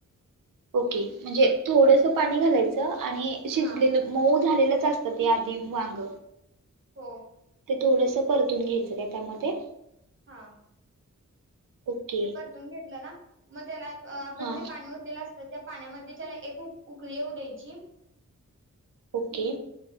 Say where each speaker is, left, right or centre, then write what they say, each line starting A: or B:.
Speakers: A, on the right; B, on the right.
A: ओके म्हणजे थोडस पाणी घालायचं आणि शिजलेलं
B: हा
A: मऊ झालेलंच असत त ते आधी वांग
B: हो
A: ते थोडस परतून घ्यायचं काय त्यामध्ये
B: हा
A: ओके
B: ते परतून घेतलं ना मग त्याला आपण
A: हां
B: जे पाणी ओतलेलं अस तर त्या पाण्यामध्ये त्याला एक उ उकळी येऊ द्यायची
A: ओके